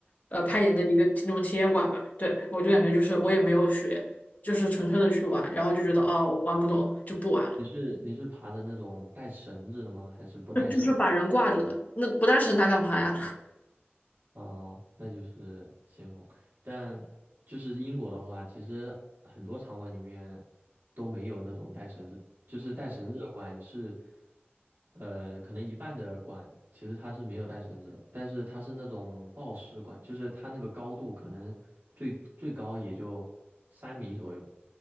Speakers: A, on the left; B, on the right.
A: 呃攀岩的一个那种体验馆吧。对，我就感觉就是我也没有学，就是纯粹的去玩，然后就觉得哦我玩不懂就不玩了，
B: 你是你是爬的那种带绳子的吗？还是不带绳子？
A: 就就是把人挂着的，那不带绳它干嘛呀？<laughs>
B: 啊、那就是先锋。但就是英国的话，其实很多场馆里面都没有那种带绳子，就是带绳子的馆是，呃，可能一半的馆其实它是没有带绳子的，但是它是那种抱石馆，就是它那个高度可能最最高也就三米左右，